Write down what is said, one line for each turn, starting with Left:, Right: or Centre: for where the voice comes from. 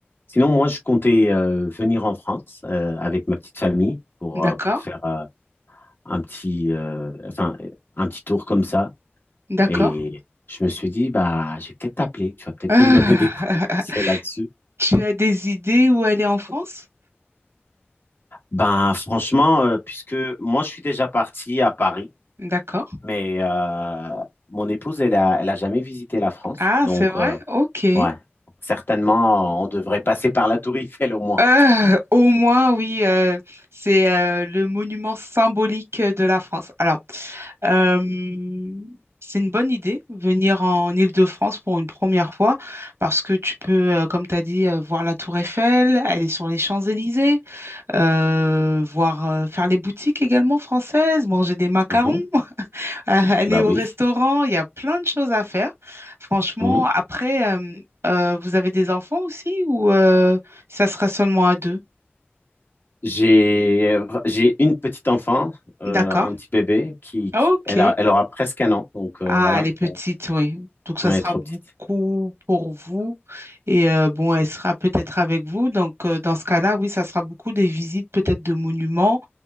Left: Sinon, moi, je comptais euh, venir en France euh, avec ma petite famille pour,
Right: D'accord,
Left: euh, pour faire euh, un petit, euh, enfin, un petit tour comme ça.
Right: d'accord.
Left: Et je me suis dit, bah, j'ai peut-être t'appeler, tu vas peut-être
Right: Ah,
Left: me donner des <laughs> conseils
Right: <laughs>
Left: là-dessus.
Right: Tu as des idées où aller en France?
Left: Ben, franchement, euh, puisque moi, je suis déjà parti à Paris,
Right: D'accord.
Left: mais euh, mon épouse, elle a, elle a jamais visité la France.
Right: Ah,
Left: Donc,
Right: c'est vrai?
Left: euh,
Right: Ok.
Left: ouais, certainement, on devrait passer par la Tour Eiffel au moins.
Right: Euh, au moins, oui, euh, c'est euh, le monument symbolique de la France. Alors, euh, c'est une bonne idée, venir en Île-de-France pour une première fois, parce que tu peux, euh, comme tu as dit, euh, voir la Tour Eiffel, aller sur les Champs-Élysées, euh, voir, euh, faire les boutiques également françaises, manger des macarons.
Left: Mhm.
Right: Euh, aller
Left: Bah
Right: au
Left: oui.
Right: restaurant, il y a plein de choses à faire. Franchement,
Left: Mhm.
Right: après, euh, euh, vous avez des enfants aussi ou euh, ça sera seulement à deux?
Left: J'ai euh, j'ai une petite enfant, euh,
Right: D'accord.
Left: un petit bébé qui,
Right: Ok.
Left: qui- elle a, elle aura presque un an, donc euh,
Right: Ah,
Left: voilà,
Right: elle est petite,
Left: bon,
Right: oui. Donc, ça
Left: elle
Right: sera
Left: est trop
Right: beaucoup
Left: petite.
Right: pour vous. Et euh, bon, elle sera peut-être avec vous. Donc, euh, dans ce cas-là, oui, ça sera beaucoup des visites peut-être de monuments